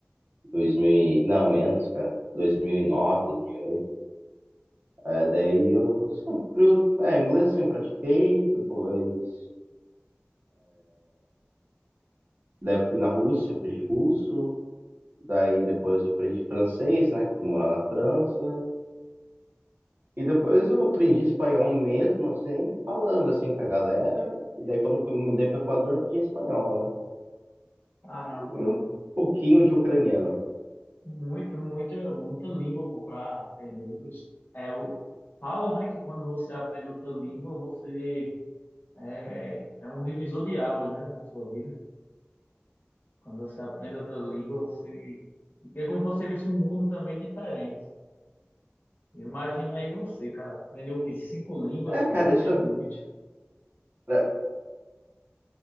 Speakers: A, on the right (about 60°); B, on the left (about 55°).
A: 2000, e- não, menos, cara, 2009, 2008. É, daí eu sempre, us- é, inglês eu sempre pratiquei, depois, daí eu fui na Rússia, aprendi russo, daí depois eu aprendi francês, né, que fui morar na França, e depois eu aprendi espanhol mesmo, assim, falando, assim, com a galera, e daí quando fui, me mudei pro Equador, eu aprendi espanhol, né,
B: Caramba,
A: e
B: mano.
A: um pouquinho de ucraniano.
B: Muito, muita, muita língua, pô, pra aprender. Isso É, o- falam, né, que quando você aprende outra língua, você é, é um divisor de águas, né, na sua vida. Quando você aprende outra língua, você... É como se você visse um mundo também diferente. Imagina aí você, cara, aprender o quê? Cinco línguas,
A: É,
B: cara,
A: cara, isso
B: é muito.
A: é, é